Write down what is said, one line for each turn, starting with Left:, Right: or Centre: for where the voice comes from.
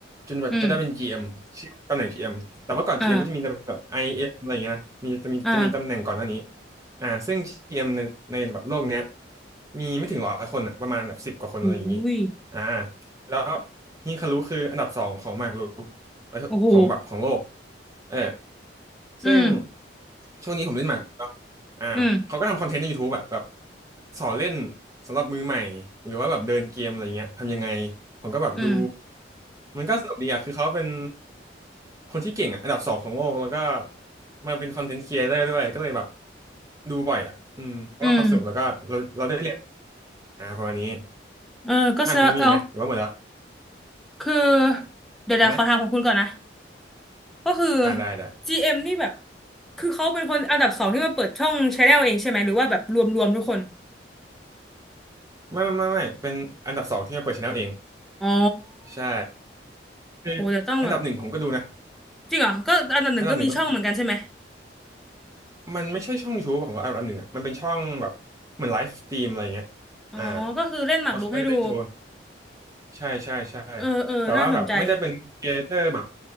Right: จนแบบจะได้เป็น
Centre: อืม
Right: GM ชื่อตำแหน่ง GM แต่ว่าก่อน
Centre: อ่า
Right: GM ก็จะมีแบบไอ m อมอะไรอย่างเงี้ยนะมีจะมีจะมีตำแหน่งก่อนหน้านี้
Centre: อ่า
Right: อ่าซึ่ง GM ในในแบบโลกเนี้ยมีไม่ถึงร้อยคนอ่ะประมาณแบบสิบกว่าคนอะไรอย่างงี้
Centre: หูย
Right: อ่าแล้วฮิคารุคืออันดับสองของหมากรุก ประเทศของแบบของโลก
Centre: โอ้โห
Right: เออ
Centre: อืม
Right: ซึ่งช่วงนี้ผมเล่นหมากรุกเนาะอ่าเขาก็ทำคอนเทนต์ใน
Centre: อืม
Right: YouTube แบบแบบสอนเล่นสำหรับมือใหม่หรือว่าแบบเดินเกมอะไรเงี้ยทำยังไงผมก็แบบดู
Centre: อืม
Right: มันก็สนุกดีอะคือเขาเป็นคนที่เก่งอะอันดับสองของโลกแล้วก็มาเป็นคอนเทนต์ครีเอเตอร์ด้วยก็เลยแบบดูบ่อยอะอืมเพราะว่าความสนุกแล้วก็เราเราได้เรียน
Centre: อืม
Right: อ่าประมาณนี้
Centre: เออก็เสียแอ้
Right: อ่ะคุณมีอีกไหมหรือว่าหมดแล้ว
Centre: คือ เดี๋ยวเดี๋ยวขอถามของคุณก่อนนะ
Right: อ่ะนะ
Centre: ก็คือ
Right: อ่าได้ได้
Centre: GM นี่แบบคือเขาเป็นคนอันดับสองที่มาเปิดช่องชาแนลเองใช่ไหม หรือว่าแบบรวมรวมทุกคน
Right: ไม่ไม่ไม่ไม่เป็นอันดับสองที่มาเปิดช anel เอง
Centre: อ๋อ
Right: ใช่คืออันดับหนึ่งผมก็ดูนะ
Centre: โหเดี๋ยวต้องแบบจริงเหรอก็อันดับหนึ่งก็มีช่องเหมือนกันใช่ไหม
Right: อันดับหนึ่งก็มีมันไม่ใช่ช่อง YouTube ของอันดับหนึ่งอ่ะมันเป็นช่องแบบเหมือนไลฟ์สตรีมอะไรเงี้ยอ่า
Centre: อ๋อ ก็คือเล่นหมากรุกให้ดู
Right: แล้วเขาก็จะเล่นโชว์ใช่ใช่ใช่
Centre: เออเออน่าสนใจ
Right: แต่ว่าแบบไม่ได้เป็นครีเอเตอร์แบบ